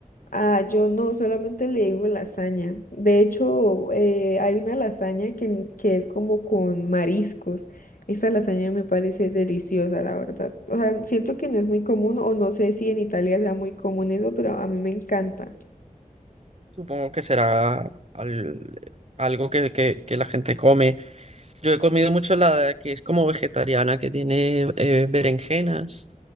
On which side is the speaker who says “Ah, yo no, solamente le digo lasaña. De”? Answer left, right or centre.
Left